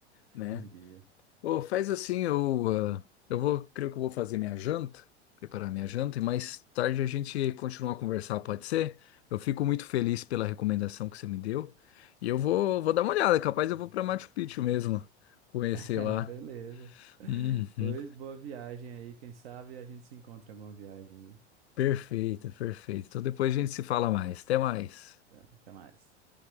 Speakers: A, on the left; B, on the right.
A: né?
B: Um dia.
A: Ô, faz assim, eu, ah, eu vou, creio que eu vou fazer minha janta, preparar minha janta, e mais tarde a gente continua a conversar, pode ser? Eu fico muito feliz pela recomendação que você me deu, e eu vou, vou dar uma olhada, capaz eu vou para Machu Picchu mesmo, conhecer
B: <laughs>
A: lá.
B: Beleza.
A: Uhum.
B: Pois boa viagem aí, quem sabe a gente se encontra em alguma viagem.
A: Perfeito, perfeito. Então depois a gente se fala mais. Até mais.
B: Tá, Até mais.